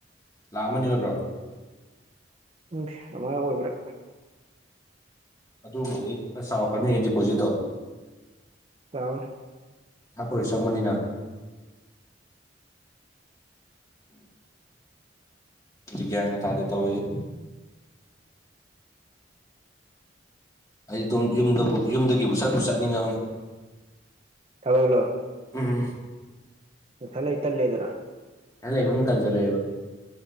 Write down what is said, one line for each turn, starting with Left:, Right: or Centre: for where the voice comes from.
Left: ꯂꯥꯛꯑꯝꯃꯅꯤ ꯑꯣꯏꯕ꯭ꯔꯣ
Right: ꯎꯝ ꯑꯃ ꯑꯣꯏꯕ꯭ꯔꯥ
Left: ꯑꯗꯨꯨꯝꯕꯨꯗꯤꯁ ꯆꯥꯎꯥꯎꯔꯛꯀꯅꯤ ꯗꯤꯄꯣꯖꯤꯠꯇꯣ
Right: ꯆꯥꯎꯋꯤ
Left: ꯊꯥꯄꯣꯔꯣꯏ ꯆꯪꯕꯅꯤꯅ <inaudible> ꯒ꯭ꯌꯥꯟꯒ ꯇꯥꯗꯦ ꯇꯧꯔꯤꯁꯦ ꯑꯩ ꯑꯗꯨꯝ ꯌꯨꯝꯗꯕꯨ ꯌꯨꯝꯗꯒꯤꯕꯨ ꯆꯠꯄ ꯆꯠꯅꯤꯡꯉꯕꯅꯤ
Right: ꯊꯕꯛꯂꯣ
Left: ꯎꯝ
Right: ꯅꯊꯠ ꯂꯩ ꯇꯜꯂꯦꯗꯔꯥ <inaudible>
Left: ꯂꯩꯕꯨꯝ ꯀꯟꯖꯜꯂꯦꯕ